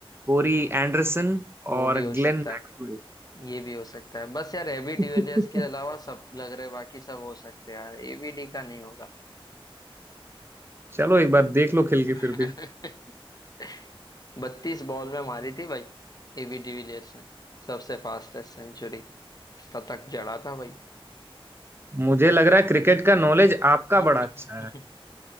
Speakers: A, on the right; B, on the left.
A: कोरी एंडरसन
B: वो
A: और
B: भी हो
A: ग्लेन
B: सकता
A: मैक्सवेल
B: है ये भी हो सकता है बस यार एबी
A: <laughs>
B: डिविलियर्स के अलावा सब लग रहे बाकी सब हो सकते हैं यार एबी डी का नहीं होगा
A: चलो एक बार देख लो खेल के
B: <laughs>
A: फिर भी
B: बत्तीस बॉल में मारी थी भाई एबी डिविलियर्स ने सबसे फास्टेस्ट सेंचुरी शतक जड़ा था भाई
A: मुझे लग रहा है क्रिकेट का नॉलेज आपका बड़ा
B: <laughs>
A: अच्छा है